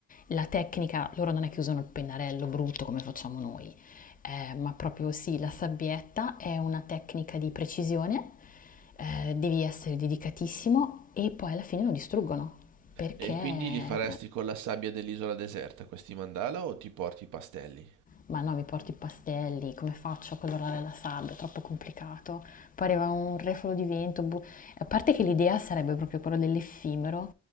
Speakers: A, on the left (about 30°); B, on the right (about 80°).
A: La tecnica, loro non è che usano il pennarello brutto come facciamo noi, eh, ma proprio sì, la sabbietta è una tecnica di precisione, eh, devi essere dedicatissimo e poi alla fine lo distruggono perché
B: E
A: eh,
B: quindi li faresti con la sabbia dell'isola deserta questi mandala o ti porti i pastelli?
A: ma no, mi porti i pastelli, come faccio a colorare la sabbia, è troppo complicato. Pareva un refolo di vento. bu- a parte che l'idea sarebbe proprio quella dell'effimero,